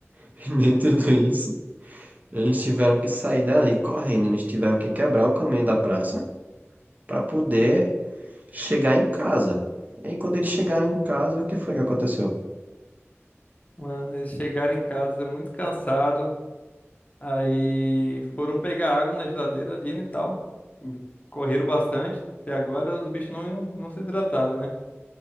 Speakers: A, on the right; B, on the left.
A: <laughs> E nem tudo isso, eles tiveram que sair dali correndo, eles tiveram que quebrar o caminho da praça para poder Chegar em casa. E aí, quando eles chegaram em casa, o que foi que aconteceu?
B: Mano, eles chegaram em casa muito cansado. Aí foram pegar água na geladeira ali né, e tal. Correram bastante. Até agora os bichos não, não se hidrataram, né?